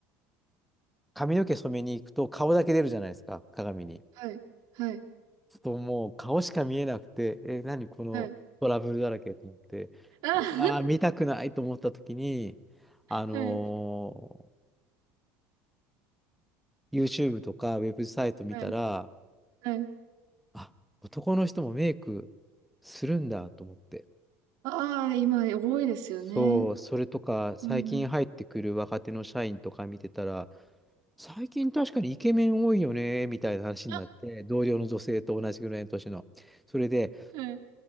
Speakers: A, in the centre; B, on the right.
A: 髪の毛染めに行くと顔だけ出るじゃないですか、鏡に。
B: はい。はい。
A: そうもう顔しか見えなくて、え、何このトラブルだらけと思って、
B: はい。あ、
A: ああ、
B: <laughs>
A: 見たくないと思った時に、あのー
B: はい。
A: YouTube とかウェブサイト見たら、
B: はい。はい。
A: あ、男の人もメイクするんだと思って。
B: ああ、今、多いですよね。
A: そう、それとか、最近入ってくる若手の社員とか見てたら、
B: うん。
A: 最近確かにイケメン多いよね、みたいな話になって、
B: あ、
A: 同僚の女性と同じぐらいの年の。それで、
B: はい。